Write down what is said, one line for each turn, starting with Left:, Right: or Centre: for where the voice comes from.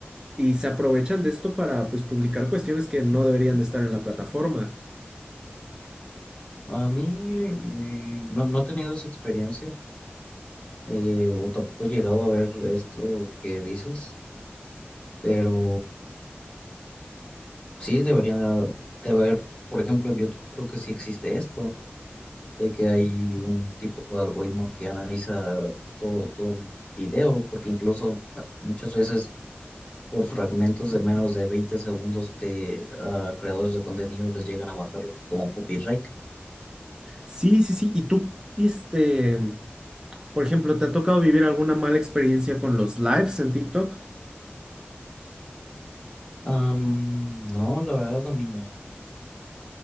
Right: y se aprovechan de esto para pues publicar cuestiones que no deberían de estar en la plataforma.
Left: A mí mm, no, no he tenido esa experiencia, eh, o tampoco he llegado a ver esto que dices, pero sí deberían de haber, por ejemplo, en YouTube creo que sí existe esto de que hay un tipo de algoritmo que analiza todo, todo el video, porque incluso ah, muchas veces por fragmentos de menos de 20 segundos de ah, creadores de contenido les llegan a marcar como copyright.
Right: Sí, sí, sí. ¿Y tú, este, por ejemplo, te ha tocado vivir alguna mala experiencia con los lives en TikTok?
Left: Am, no, la verdad a mí no.